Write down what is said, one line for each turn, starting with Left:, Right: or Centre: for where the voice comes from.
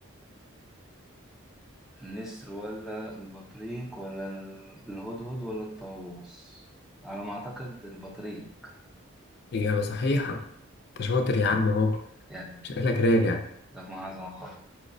Centre: النسر ولا البطريق ولا ال- الهدهد ولا الطاووس على ما اعتقد البطريق
Left: اجابه صحيحه انت شاطر يا عم اهو
Centre: يعني
Left: شكلك راجع
Centre: طب ما عظمة خالص